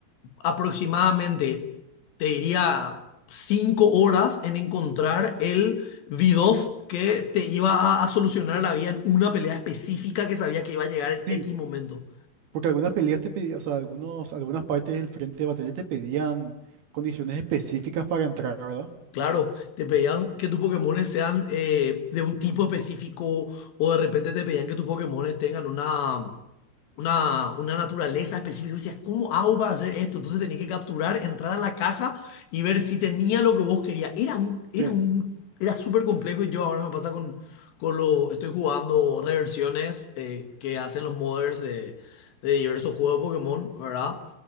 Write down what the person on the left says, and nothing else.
aproximadamente, te diría, cinco horas en encontrar el Bidoff que te iba a, a solucionar la vida en una pelea específica que sabía que iba a llegar en
X momento.
Claro, te pedían que tus Pokémones sean eh, de un tipo específico o de repente te pedían que tus Pokémones tengan una una, una naturaleza específica. Y decías, ¿cómo hago para hacer esto? Entonces tenías que capturar, entrar a la caja y ver si tenía lo que vos querías. Era un, era
un, era súper complejo y yo ahora me pasa con, con lo, estoy jugando reversiones eh, que hacen los modders de, de diversos juegos de Pokémon, ¿verdad?